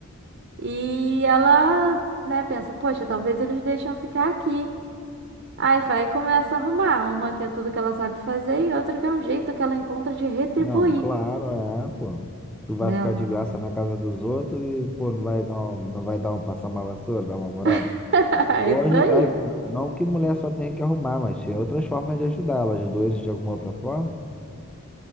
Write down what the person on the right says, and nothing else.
E ela, né, pensa, poxa, talvez eles deixem eu ficar aqui. Aí vai e começa a arrumar, uma que é tudo que ela sabe fazer e outra que é um jeito que ela encontra de retribuir
nela.
<laughs> É
Isso
aí.